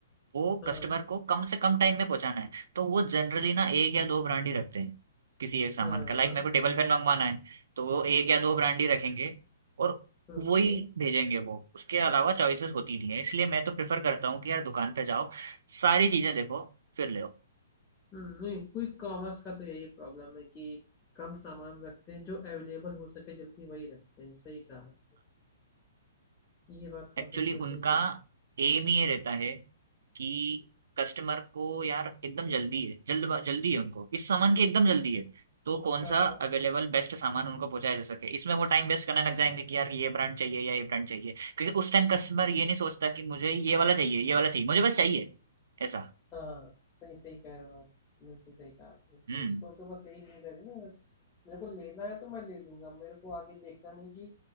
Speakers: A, on the right (about 70°); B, on the left (about 15°).
A: वो
B: हाँ
A: कस्टमर को कम से कम टाइम में पहुंचाना है तो वो जनरली ना एक या दो ब्रांड ही रखते हैं किसी एक सामान
B: हाँ हाँ
A: का लाइक मेरे को टेबल फैन मंगवाना है तो वो एक या दो ब्रांड ही रखेंगे और
B: ओके
A: वही भेजेंगे वो उसके अलावा चॉइसेस होती नहीं है इसलिए मैं तो प्रेफर करता हूँ कि यार दुकान पे जाओ सारी चीजें देखो फिर ले
B: हम्म, नहीं क्विक कॉमर्स का तो यही प्रॉब्लम है कि कम सामान रखते हैं जो अवेलेबल हो सके जल्दी वही रखते हैं सही कहा आपने ये बात तो
A: एक्चुअली
B: आपने बिल्कुल सही
A: उनका
B: कही
A: एम ही ये रहता है कि कस्टमर को यार एकदम जल्दी है जल्द जल्दी है उनको इस सामान की एकदम जल्दी है तो कौन
B: हाँ
A: सा अवेलेबल बेस्ट सामान उनको पहुंचाया जा सके इसमें वो टाइम वेस्ट करने लग जाएंगे कि यार ये ब्रांड चाहिए या ये ब्रांड चाहिए क्योंकि उस टाइम कस्टमर ये नहीं सोचता कि मुझे ये वाला चाहिए ये वाला चाहिए मुझे बस चाहिए ऐसा
B: हाँ हाँ, सही सही कह रहे हो आप बिल्कुल सही कहा आपने
A: हम्म
B: कि उसको तो बस यही नहीं करे ना बस मेरे को लेना है तो मैं ले लूंगा मेरे को आगे देखना नहीं कि